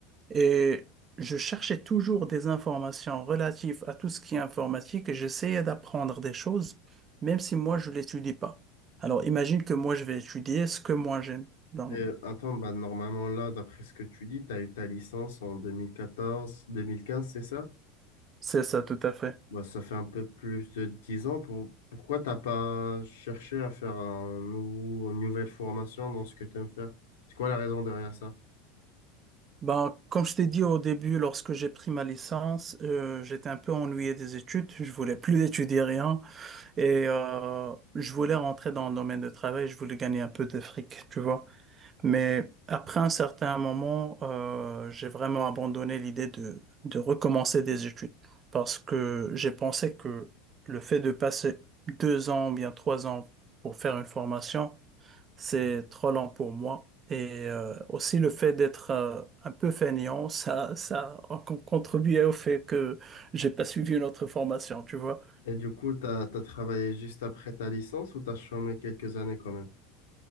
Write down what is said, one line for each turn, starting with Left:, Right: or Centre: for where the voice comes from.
Right: et je cherchais toujours des informations relatives à tout ce qui est informatique et j'essayais d'apprendre des choses même si moi je l'étudie pas. Alors imagine que moi je vais étudier ce que moi j'aime. donc
Left: Euh, attends, bah, normalement, là, d'après ce que tu dis, tu as eu ta licence en 2014-2015, c'est ça?
Right: C'est ça, tout à fait.
Left: Bah, ça fait un peu plus de 10 ans. Pour- Pourquoi t'as pas cherché à faire un nouveau, une nouvelle formation dans ce que tu aimes faire? C'est quoi la raison derrière ça?
Right: Ben, comme je t'ai dit au début, lorsque j'ai pris ma licence, euh, j'étais un peu ennuyé des études. Je voulais plus étudier rien et euh, je voulais rentrer dans le domaine de travail. Je voulais gagner un peu de fric, tu vois. Mais après un certain moment, euh, j'ai vraiment abandonné l'idée de, de recommencer des études parce que j'ai pensé que le fait de passer deux ans ou bien trois ans pour faire une formation, c'est trop lent pour moi. Et euh, aussi le fait d'être euh, un peu fainéant, ça, ça a con- contribué au fait que j'ai pas suivi une autre formation, tu vois.
Left: Et du coup, tu as, travaillé juste après ta licence ou tu as chômé quelques années quand même?